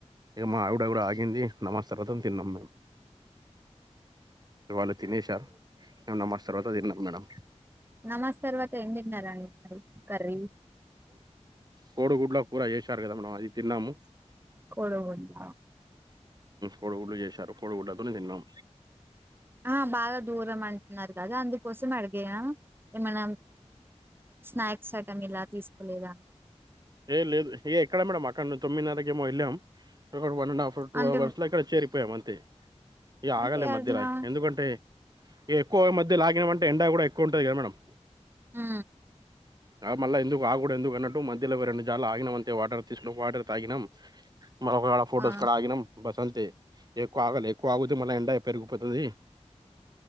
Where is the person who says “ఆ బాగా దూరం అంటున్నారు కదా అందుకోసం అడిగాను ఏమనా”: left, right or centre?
Right